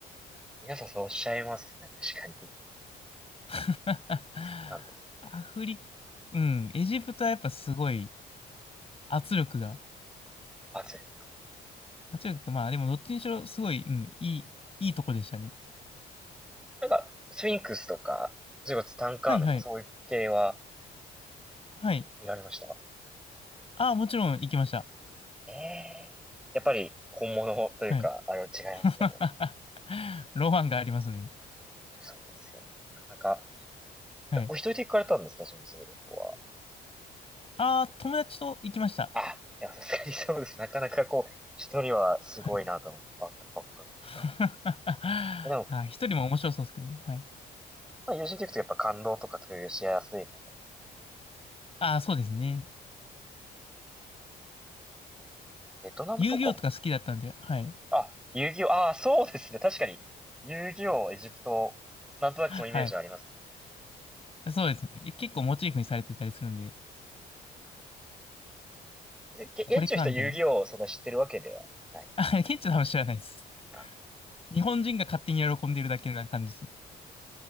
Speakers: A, in the centre; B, on the left.
A: 皆さんそうおっしゃいますね。確かに。
B: <laughs>
A: そうなんですね。
B: アフリ、うん、エジプトはやっぱすごい圧力が
A: 圧力。
B: 8億、まあでもどっちにしろすごい、うん、いい、いいとこでしたね。
A: うんなんか、スフィンクスとか、それこそツタンカーメンとかそういう系は
B: はいはい。はい。
A: 見られました
B: ああ、もちろん行きました。
A: ええやっぱり本物というか、
B: はい。
A: あれは違いますかね。
B: <laughs> ロマンがありますね。
A: そうですよね。なかなか、
B: はい。
A: えお一人で行かれたんですかちなみにそういう旅行は。
B: ああ、友達と行きました。
A: あ、いや、さすがにそうです。なかなかこう、一人はすごいなと思って、
B: はい。
A: バックパッカー的な。
B: <laughs>
A: でも、
B: あ一人も面白そうですけどね。はい。
A: まあ、友人と行くとやっぱ感動とか共有しやすいの。
B: ああ、そうですね。
A: ベトナムとかも。
B: 遊戯王とか好きだったんで、はい。
A: あ、遊戯王、ああ、そうですね。確かに。遊戯王、エジプト、なんとなくそのイメージはあります
B: はい。そうですね。え結構モチーフにされてたりするんで、
A: ね。げ現地の人は遊戯王をそんな知ってるわけではない。
B: これか、みたいな。あ、ケンチさんは多分知らないです。
A: あ、
B: 日本人が勝手に喜んでるだけな感じですね。